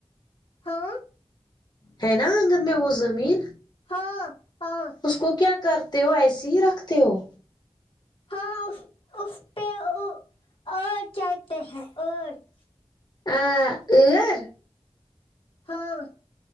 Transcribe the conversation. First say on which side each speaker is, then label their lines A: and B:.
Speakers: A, on the left; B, on the left.
A: ہاں
B: ہے نا آنگن میں وہ زمین
A: ہاں ہاں
B: اس کو کیا کرتے ہو ایسیے ہی رکھتے ہو
A: ہاں اس اس پڑھ آرٹ کہتے ہیں ارت
B: آ لر
A: ہاں